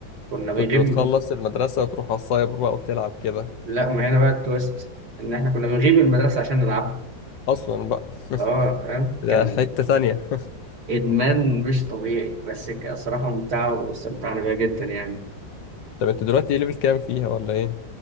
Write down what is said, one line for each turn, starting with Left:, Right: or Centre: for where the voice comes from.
Right: كنا
Left: كنت
Right: بنغيب
Left: بتخلص المدرسة وتروح على السايبر بقى وتلعب كده
Right: لا ما هنا بقى التويست ان احنا كنا بنغيب من المدرسه عشان نلعبها
Left: أصلا بقى
Right: اه
Left: <laughs>
Right: فاهم؟
Left: ده
Right: كان
Left: حتة ثانية
Right: ادمان مش طبيعي بس كانت الصراحه ممتعه واستمتعنا بيها جدا يعني
Left: طب أنت دلوقتي إيه ليفل كام فيها ولا إيه؟